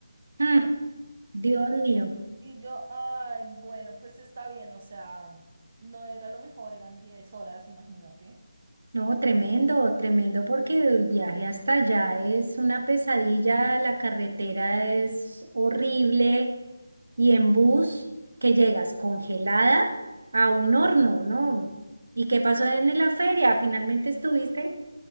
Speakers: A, on the right (about 75°); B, on the right (about 30°).
A: Mm, Dios mío.
B: Y yo, ay, bueno, pues está bien, o sea, no era lo mejor, eran 10 horas, imagínate.
A: No, tremendo, tremendo, porque el viaje hasta allá es una pesadilla, la carretera es horrible y en bus que llegas congelada a un horno, ¿no? ¿Y qué pasó en la feria? ¿Finalmente estuviste?